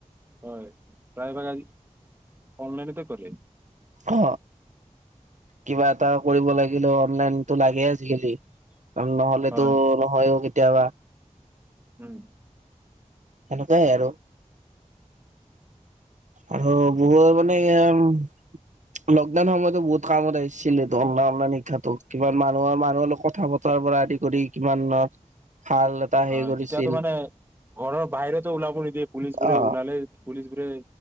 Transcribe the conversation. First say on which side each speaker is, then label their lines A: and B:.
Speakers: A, on the right; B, on the right.
A: হয় প্ৰায় ভাগ অনলাইনতে কৰে।
B: অ' কিবা এটা কৰিব লাগিলেও অনলাইনতো লাগে আজিকালি। নহ'লেতো
A: হয়
B: নহয়ও কেতিয়াবা।
A: উম।
B: সেনেকুৱাই আৰু। আৰু বহুতে মানে <unintelligible> লকডাউন সময়তো বহুত কামত আহিছিলেতো অনলাই-অনলাইন শিক্ষাটো কিমান মানুহৰ মানুহৰ লগত কথা পতা তাৰ পৰা আদি কৰি কিমান ন ভাল এটা হেৰি
A: হয়,
B: কৰিছিল
A: তেতিয়াতো মানে ঘৰৰ বাহিৰতো ওলাব নিদিয়ে পুলিচ বোৰে
B: অ
A: ওলালেই পুলিচ বোৰে